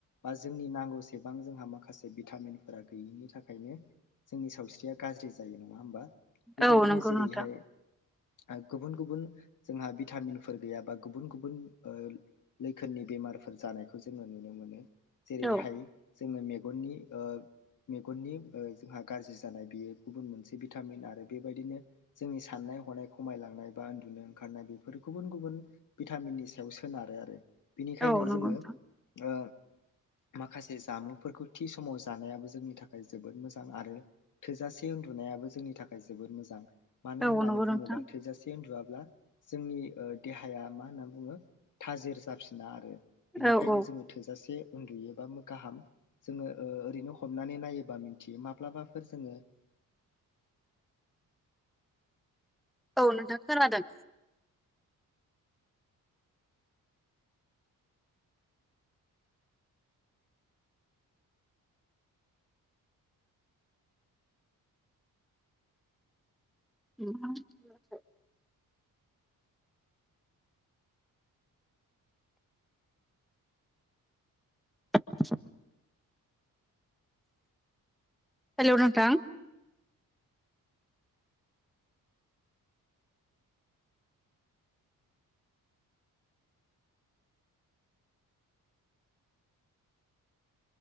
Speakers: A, on the left (about 60°); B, in the centre.
A: बा जोंनि नांगौसेबां जोंहा माखासे भिटामिनफोरा गैयिनि थाखायनो जोंनि सावस्रिया गाज्रि जायो नङा होमबा बेबायदिनो
B: औ नंगौ
A: जेरैहाय
B: नोंथां
A: ओ गुबुन गुबुन जोंहा भिटामिनफोर गैयाबा गुबुन गुबुन ओ लैखोननि बेमारफोर जानायखौ जोङो नुनो मोनो जेरैहाय
B: औ
A: जोङो मे गनि ओ मेगननि ओ जोंहा गाज्रि जानाय बेयो गुबुन मोनसे भिटामिन आरो बेबायदिनो जोंनि सानना नाय हनाय खमायलांनाय बा उन्दुनो ओंखारनाय बेफोर गुबुन गुबुन भिटामिननि सा सायाव सोनारो आरो बिनिखायनो
B: औ नंगौ
A: जोङो
B: नोंथां
A: ओ माखासे जामुफोरखौ थि समाव जानायाबो जोंनि थाखाय जोबोद मोजां आरो थोजासे उन्दु नायाबो जोंनि थाखाय जोबोर मोजां। मानो
B: औ
A: होननानै
B: नंगौ नोंथां
A: बुङोब्ला थोजासे उन्दुवाब्ला जोंनि ओ देहाया मा होनना बुङो थाजिर जाफिना आरो बिनिखायनो
B: औ औ
A: जोङो थोजासे उन्दुयोबा गाहाम जोङो ओ ओरैनो हमनानै नायोबा मिन्थियो माब्लाबाफोर जोङो <inaudible>
B: औ नोंथां खोनादों <unintelligible> <inaudible> हेलौ नोंथां